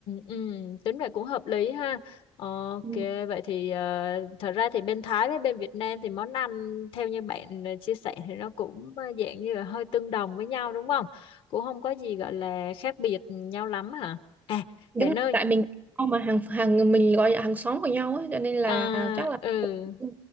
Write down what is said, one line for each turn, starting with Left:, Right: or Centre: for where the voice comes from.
Left: ừ tính vậy cũng hợp lý ha ok
Right: Ừ.
Left: vậy thì ờ, thật ra thì bên Thái với bên Việt Nam thì món ăn theo như bạn ờ, chia sẻ thì nó cũng ờ, dạng như là hơi tương đồng với nhau đúng không cũng không có gì gọi là khác biệt nhau lắm hả à
Right: Đúng
Left: bạn ơi
Right: tại mình không mà hàng hàng mình gọi là hàng xóm của nhau ấy cho nên là
Left: à
Right: chắc là
Left: ừ
Right: Ừ.